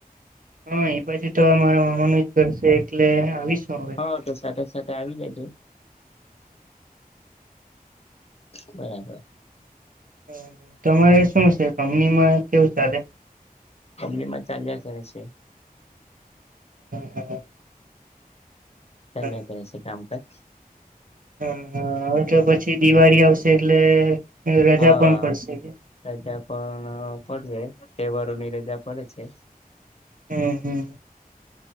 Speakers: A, on the right; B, on the left.
A: હા એ પછી તો અમારા મામાનું જ કરશે એટલે આવીશું.
B: હ તો સાટે સાટે આવી જજો. બરાબર.
A: હ તમારે શું છે કંમનીમાં કેવું ચાલે.
B: કંમની માં ચાલ્યા કરે છે.
A: હમ <inaudible>
B: ચાલ્યા
A: હા
B: કર છે કામકાજ.
A: હા હવે તો પછી દિવાળી આવશે એટલે રજા
B: હા
A: પણ પડશે કે.
B: રજા પણ પડશે તહેવારો ની રજા પડે છે.
A: હમ હમ